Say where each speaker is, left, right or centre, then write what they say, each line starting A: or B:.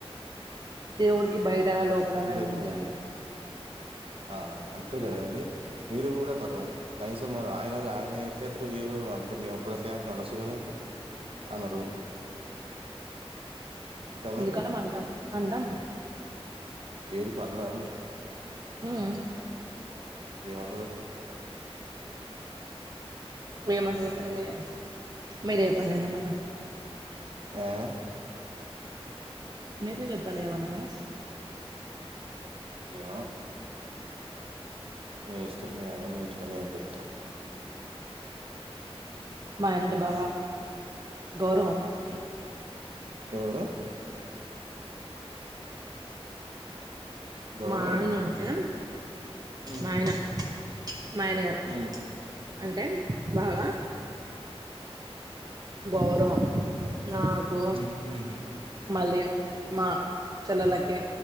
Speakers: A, on the right; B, on the right.
A: దేవుడికి బయట లోపల
B: అంతే.
A: నేనే ఉంటదా అండి
B: ఆ అంతే గదండి మీరు గూడా కతం కనీసం మరి ఆయన ఆయన ఎట్లైతారు మీరు అ మేము కూడా ఫ్యామిలీ అనొస్సు గదండి అనరు కదండీ!
A: ఎందుకనం అంటం అంటం
B: ఏది పండదా అండి
A: ఉమ్
B: ఎమన్నరు
A: ఏమన్నా చెప్పండి మీరే మీరే చెప్పండి నేనేమన్నా
B: ఆ
A: మీరు చెప్పండి ఏమననా
B: ఏవో మీ ఇష్టం మీ అయన మీ ఇష్టం నేన్ చెప్తా
A: మా ఆయనంటే బా గౌరవం మాకు
B: హ్మ్. ఎవరు గౌరవ్?
A: మా ఆయన ఉంటే
B: హ్మ్.
A: మా ఆయన మా ఆయనగారు
B: హ్మ్.
A: అంటే బాగా గౌరవం నాకు
B: హ్మ్. హుహు.
A: మళ్ళీ మా చెల్లలకి